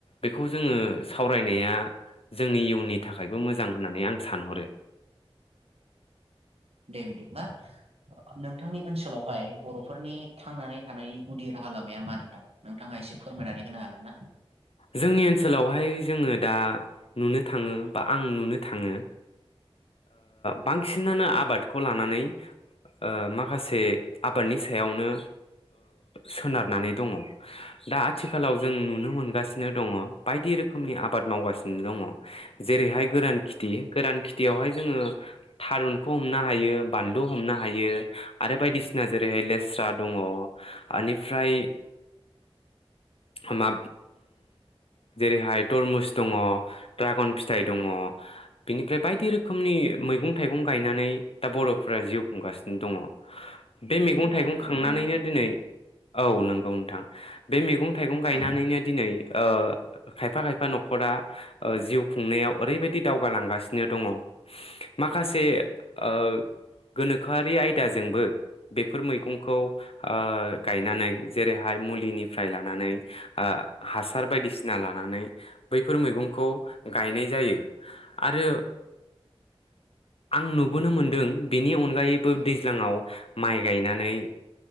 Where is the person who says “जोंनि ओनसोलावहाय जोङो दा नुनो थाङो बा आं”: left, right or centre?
Left